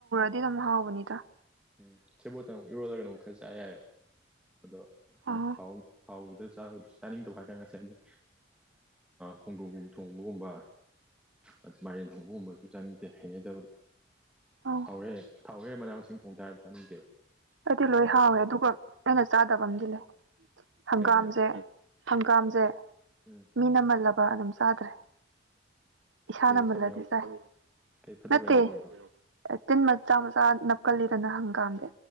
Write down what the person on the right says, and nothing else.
<unintelligible> ꯍꯥꯎꯕꯅꯤꯗ
ꯑꯣ
ꯑꯣ
ꯑꯩꯗꯤ ꯂꯣꯏ
ꯍꯥꯎꯋꯦ ꯑꯗꯨꯒ ꯑꯩꯅ ꯆꯥꯗꯕ ꯑꯝꯗꯤ ꯂꯩ ꯍꯪꯒꯥꯝꯖꯦ
ꯍꯪꯒꯥꯝꯖꯦ
ꯃꯤꯅ ꯃꯜꯂꯕ ꯑꯗꯨꯝ ꯆꯥꯗ꯭ꯔꯦ ꯏꯁꯥꯅ
ꯃꯜꯂꯗꯤ
ꯆꯥꯏ
ꯅꯠꯇꯦ
ꯇꯤꯟ ꯃꯆꯥ ꯃꯆꯥ ꯅꯞꯀꯜꯂꯤꯗꯅ ꯍꯪꯒꯥꯝꯗꯤ